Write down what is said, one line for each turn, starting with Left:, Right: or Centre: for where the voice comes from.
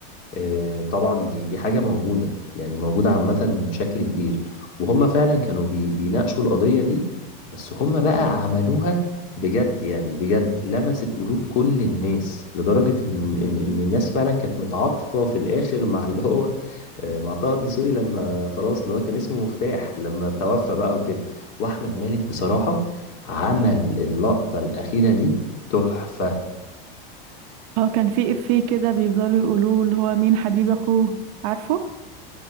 Left: آه، طبعا دي دي حاجة موجودة يعني موجودة عامة بشكل كبير وهم فعلا كانوا بي بيناقشوا القضية دي بس هم بقى عملوها بجد يعني بجد لمست قلوب كل الناس لدرجة إن إن إن الناس فعلا كانت متعاطفة في الآخر مع اللي هو آه، مع طه الدسوقي لما خلاص اللي هو كان اسمه مفتاح لما توفى بقى وكده وأحمد مالك بصراحة عمل اللقطة الأخيرة دي تحفة
Right: اه كان في افيه كده بيفضلوا يقولوه اللي هو مين حبيب اخوه عارفه